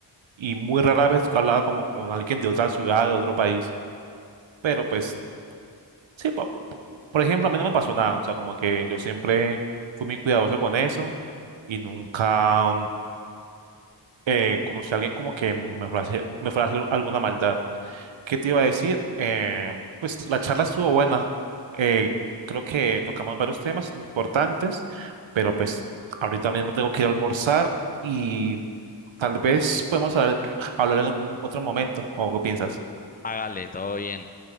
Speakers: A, on the right; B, on the left.
A: y muy rara vez hablaba como con alguien de otra ciudad, de otro país. Pero pues, sí, po- por ejemplo, a mí no me pasó nada. O sea, como que yo siempre fui muy cuidadoso con eso y nunca... eh, conocí a alguien como que me fue a hacer, me fue a hacer alguna maldad. ¿Qué te iba a decir? Eh, pues la charla estuvo buena. Eh, creo que tocamos varios temas importantes, pero pues ahorita mismo tengo que ir a almorzar y tal vez podemos hablar, hablar en algún otro momento. ¿O qué piensas?
B: Hágale, todo bien.